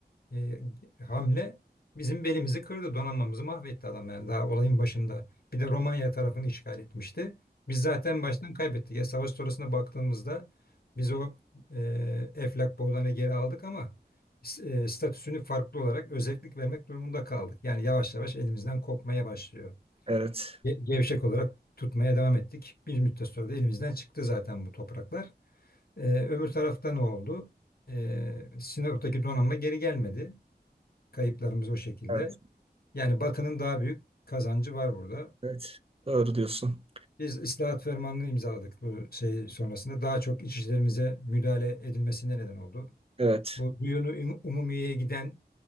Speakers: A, on the left (about 60°); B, on the right (about 35°).
A: e, hamle bizim belimizi kırdı, donanmamızı mahvetti adam yani daha olayın başında. Bir de Romanya tarafını işgal etmişti. Biz zaten baştan kaybettik. Ya savaş sonrasına baktığımızda biz o e, Eflak Boğdan'ı geri aldık ama s- e, statüsünü farklı olarak özellik vermek durumunda kaldık. Yani yavaş yavaş elimizden kopmaya başlıyor
B: evet,
A: ge- gevşek olarak tutmaya devam ettik. Bir müddet sonra da elimizden çıktı zaten bu topraklar. Ee, öbür tarafta ne oldu? Ee, Sinop'taki donanma geri gelmedi. Kayıplarımız o şekilde.
B: evet.
A: Yani Batı'nın daha büyük kazancı var burada.
B: Evet. Doğru diyorsun.
A: Biz ıslahat fermanını imzaladık bu şey sonrasında. Daha çok iç işlerimize müdahale edilmesine neden oldu.
B: Evet.
A: Bu düğünü um- Umumiye'ye giden